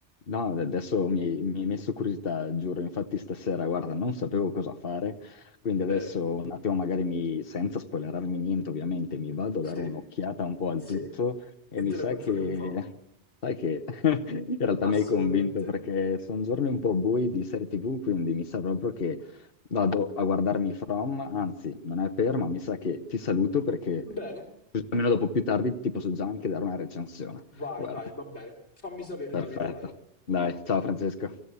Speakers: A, on the left; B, on the left.
A: No, adesso mi hai, mi hai messo curiosità, giuro. Infatti stasera, guarda, non sapevo cosa fare, quindi adesso
B: Bene.
A: un attimo magari mi, senza spoilerarmi niente, ovviamente, mi vado
B: Sì,
A: a dare un'occhiata un po' al
B: sì.
A: tutto e
B: E
A: mi
B: te
A: sa
B: la controlli
A: che,
B: un po'.
A: sai che <laughs> in realtà mi
B: Assolutamente.
A: hai convinto perché sono giorni un po' bui di serie TV, quindi mi sa proprio che vado a guardarmi From, anzi, non è per, ma mi sa che ti saluto perché
B: Bene.
A: così almeno dopo più tardi ti posso già anche dare una recensione.
B: Vai,
A: Guarda.
B: vai, va bene. Fammi sapere,
A: Perfetto.
B: Davide, dai.
A: Dai, ciao Francesco.